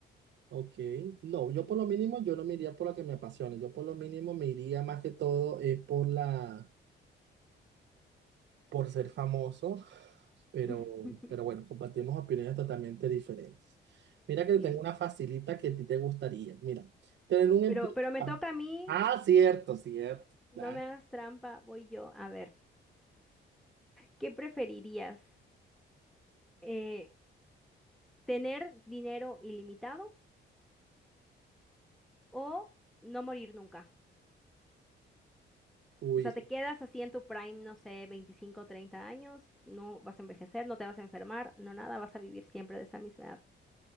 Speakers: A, on the right; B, in the centre.
A: Ok, no, yo por lo mínimo, yo no me iría por lo que me apasione. Yo por lo mínimo me iría más que todo es por la... por ser famoso, pero,
B: <laughs>
A: pero bueno, compartimos opiniones totalmente diferentes. Mira que
B: Sí,
A: tengo una facilita que a ti te gustaría. Mira, tener un
B: pero,
A: empleo.
B: pero me toca a mí,
A: Ah, cierto, cierto.
B: no
A: Dale.
B: me hagas trampa, voy yo. A ver, ¿qué preferirías? Eh, ¿tener dinero ilimitado o no morir nunca?
A: Uy,
B: O sea, te quedas así en tu prime, no sé, 25, o 30 años, no vas a envejecer, no te vas a enfermar, no nada, vas a vivir siempre de esa misma edad.